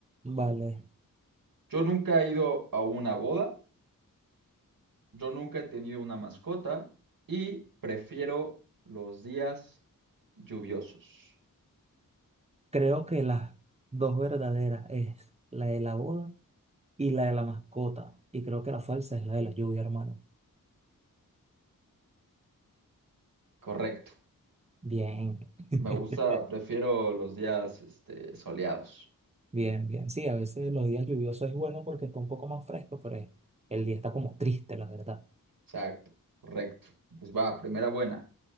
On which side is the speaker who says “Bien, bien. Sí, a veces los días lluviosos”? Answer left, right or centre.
Right